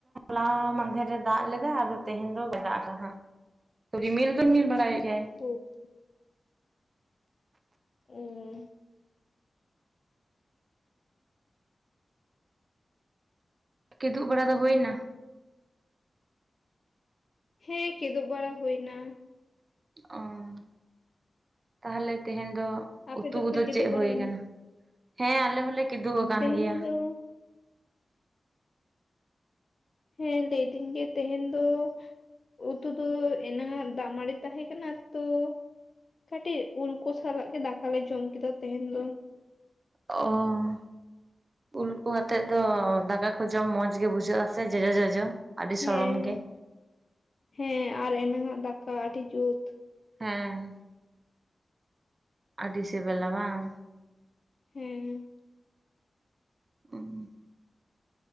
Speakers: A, on the right (about 40°); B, on the left (about 50°).
A: <inaudible> ᱢᱟᱫᱷᱮ ᱮ ᱫᱟᱜ ᱞᱮᱫᱟ ᱟᱫᱚ ᱛᱮᱦᱮᱧ ᱫᱚ ᱵᱟᱭ ᱫᱟᱜ ᱠᱟᱦᱟᱸᱜ ᱨᱤᱢᱤᱞ ᱫᱟ ᱨᱤᱢᱤᱞ ᱵᱟᱲᱟᱭᱮᱫ ᱜᱮᱭᱟᱭ
B: <inaudible> ᱩᱸ
A: ᱠᱤᱫᱩᱵ ᱵᱟᱲᱟ ᱫᱚ ᱦᱩᱭᱱᱟ?
B: ᱦᱮᱸ ᱠᱮᱫᱚᱜ ᱵᱟᱲᱟ ᱦᱩᱭ ᱱᱟ᱾
A: ᱚᱸ ᱛᱟᱦᱞᱮ ᱛᱮᱦᱮᱧ ᱫᱚ
B: ᱟᱯᱮ
A: ᱩᱛᱩ
B: ᱫᱚᱯᱮ
A: ᱠᱚᱫᱚ
B: ᱠᱮᱫᱳᱜ
A: ᱪᱮᱫ
B: ᱵᱟᱲᱟᱭᱮᱱᱟ
A: ᱦᱩᱭ ᱠᱟᱱᱟ? ᱦᱮᱸ ᱟᱞᱮ ᱦᱚᱞᱮ ᱠᱤᱫᱩ ᱠᱚᱜ ᱠᱟᱱ
B: ᱛᱮᱦᱮᱧ
A: ᱜᱮᱭᱟ
B: ᱫᱚ ᱦᱮᱸ ᱞᱟᱹᱭᱫᱤᱧ ᱡᱮ ᱛᱮᱦᱮᱧ ᱫᱚ ᱩᱛᱩ ᱫᱚ ᱮᱱᱟᱝ ᱟᱜ ᱫᱟᱜ ᱢᱟᱰᱤ ᱛᱟᱦᱮᱸ ᱠᱟᱱᱟ ᱛᱚ ᱠᱟᱹᱴᱤᱡ ᱩᱞ ᱠᱚ ᱥᱟᱞᱟᱜ ᱜᱮ ᱫᱟᱠᱟ ᱞᱮ ᱡᱚᱢ ᱠᱮᱫᱟ ᱛᱮᱦᱮᱧ ᱫᱚ᱾
A: ᱚᱸ ᱩᱞᱠᱩ ᱟᱛᱮᱫ ᱫᱚ ᱫᱟᱠᱟ ᱠᱚ ᱡᱚᱢ ᱢᱚᱸᱡᱽ ᱜᱮ ᱵᱩᱡᱷᱟᱹᱜ ᱟ ᱥᱮ ᱡᱚᱡᱚᱼ ᱡᱚᱡᱚ? ᱟᱹᱰᱤ ᱥᱚᱲᱚᱢ
B: ᱦᱮᱸ
A: ᱜᱮ
B: ᱦᱮᱸ ᱟᱨ ᱮᱱᱟᱝ ᱟᱜ ᱫᱟᱠᱟ ᱟᱹᱰᱤ ᱡᱩᱛ᱾
A: ᱦᱮᱸ ᱟᱹᱰᱤ ᱥᱮᱵᱮᱞᱟ ᱵᱟᱝ᱾ᱴᱴ
B: ᱦᱮᱸ
A: <inaudible>